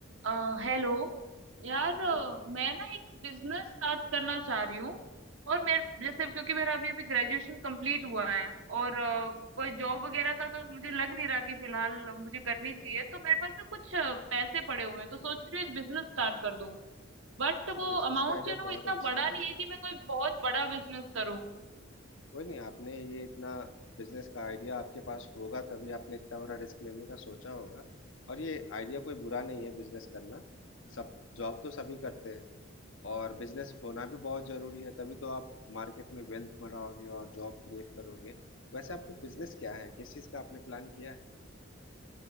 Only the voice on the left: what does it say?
बोलिए
बिजनेस
का आइडिया
बहुत
अच्छा
है
आपका
कोई नहीं आपने ये इतना बिजनेस का आइडिया आपके पास होगा तभी आपने इतना बड़ा रिस्क लेने का सोचा होगा और ये आइडिया कोई बुरा नहीं है बिजनेस करना सब जॉब तो सभी करते हैं और बिजनेस होना भी बहुत जरूरी है तभी तो आप मार्केट में वेल्थ बनाओगे और जॉब क्रिएट करोगे वैसे आपके बिजनेस क्या है किस चीज़ का आपने प्लान किया है